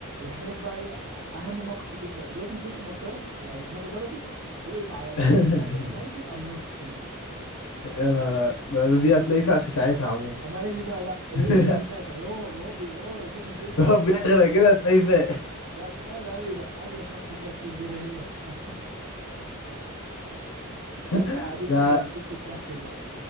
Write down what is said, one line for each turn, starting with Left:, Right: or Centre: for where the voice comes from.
Right: هحكي لك بقى ايه أ- اهم موقف في اليوم ده الواد من كتر ما اتضرب يعني دماغه ضربت وقف على
Left: <laughs>
Right: طرف المك- المركب قام ناطط في النيل
Left: يا نهار أبيض. دي هتلاقيه فاق في ساعتها عموما
Right: قام قال لي بقى لا لقيته
Left: <laughs>
Right: بقى في ساعتها وهو وهو بي وهو شبه بيغرق
Left: هو
Right: كده
Left: بيغرق
Right: قام قال لي
Left: كده هتلاقيه فاق
Right: لا تخيل قال لي بقى قال لي يا شط كده اسكندريه <laughs>
Left: <laughs>
Right: فضلنا قاعدين بقى
Left: لا
Right: ميتين من الضحك بقى